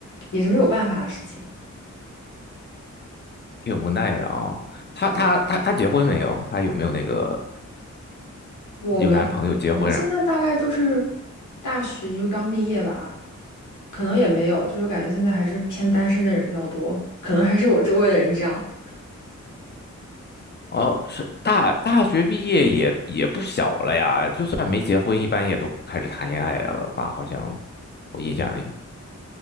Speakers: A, on the left; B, on the left.
A: 也是没有办法的事情。
B: 挺无奈的啊、她她她她结婚没有？
A: 对，
B: 她有没有那个
A: 我们，
B: 有男朋友结婚啊？
A: 我们现在大概都是大学就刚毕业吧，可能也没有，就是感觉现在还是偏单身的人比较多，可能还是我周围的人这样。
B: 哦，是大大学毕业也也不小了呀，就算没结婚，一般也都开始谈恋爱了吧？好像我印象里，